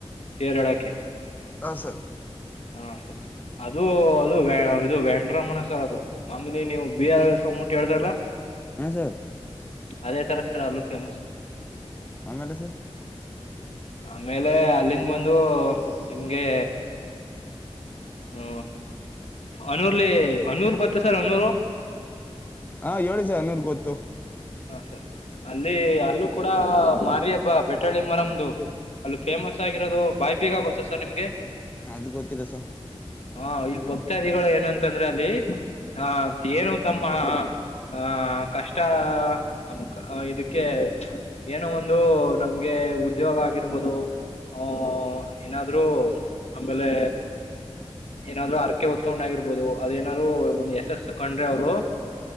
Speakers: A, on the left (about 75°); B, on the left (about 15°).
A: ಕೇರಳಕ್ಕೆ
B: ಹ ಸರ್
A: ಹ ಸರ್ ಅದು ಅದು ಇದು ವೆಂಡ್ರಮಣ ಸರ್ ಅದು ಆಮೇಲಿ ನೀವು ಬಿ ಆರ್ ಎ ಮುಟ್ಟ ಅಲ್ಲ
B: ಹ ಸರ್
A: ಅದೇ ತರ ಸರ್ ಅಲ್ಲೂ ಫೇಮಸ್
B: ಆಮೇಲೆ ಸರ್
A: ಆಮೇಲೆ ಅಲ್ಲಿಂದ ಬಂದು ನಿಮ್ಗೆ ಹ್ಮ ಅನೂರ್ಲಿ ಅನೂರ್ ಗೊತ್ತ ಸರ್ ಅನೂರು
B: ಹಾ ಏಳು ಸರ್ ನನ್ನೂರ್ ಗೊತ್ತು
A: ಹಾ ಸರಿ ಅಲ್ಲಿ ಅಲ್ಲೂ ಕೂಡ ಮಾರ ಹಬ್ಬ ಬೆಟ್ಟಳ್ಳಿ ಮರಮ್ದು ಅಲ್ಲಿ ಫೇಮಸ್ ಆಗಿರೋದು ಬಾಯಿ ಬೀಗ ಗೊತ್ತಾ ಸರ್ ನಿಮ್ಗೆ
B: ಅದು ಗೊತ್ತಿಲ್ಲಸ
A: ಹಾ ಇಲ್ಲಿ ಭಕ್ತಾದಿಗಳು ಏನಂತಂದ್ರೆ ಅಲ್ಲಿ ಹ ಏನು ತಮ್ಮ ಹ ಕಷ್ಟ ಅಮ ಇದಕ್ಕೆ ಏನೋ ಒಂದು ನಮ್ಗೆ ಉದ್ಯೋಗ ಆಗಿರ್ಬೋದು ಹ ಏನಾದ್ರರು ಆಮೇಲೆ ಏನಾದ್ರು ಅರ್ಕೆ ಹೊತ್ಕೊಂಡ್ ಆಗಿರ್ಬೋದು ಅದೇನಾದ್ರು ಒಂದ್ ಯಶಸ್ ಕಂಡ್ರೆ ಅವರು